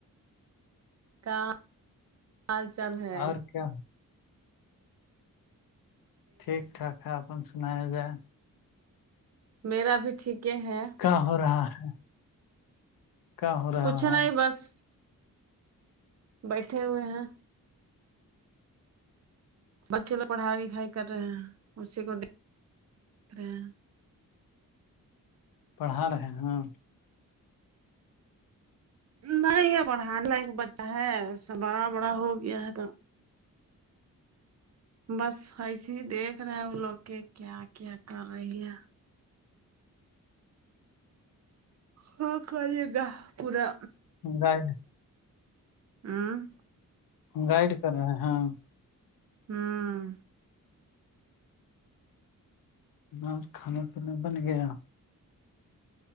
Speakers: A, on the right; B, on the left.
A: کہاں حال چال ہے
B: اور کیا ٹھیک ٹاک ہے اپ سنایا جائے
A: میرا بھی ٹھیک ہیں
B: کیا ہو رہا ہے کا ہو رہا
A: کچھ
B: ہے
A: نہیں بس بیٹھے ہوئے ہیں بچے لو پڑھائی لکھائی کر رہے ہیں اسی کو <unintelligible>
B: پڑھا رہے ہے
A: نہیں یہ پڑھانا ایک بچہ ہے اس بڑا بڑا ہو گیا ہے تو بس ایسے ہی دیکھ رہے ہیں وہ لوگ کے کیا کیا کر رہی ہے ہاں کال گاہ پورا
B: جائے
A: ہوں
B: گائیڈ کر رہے ہیں ہاں
A: ہاں
B: ہم کھانا پینا بن گیا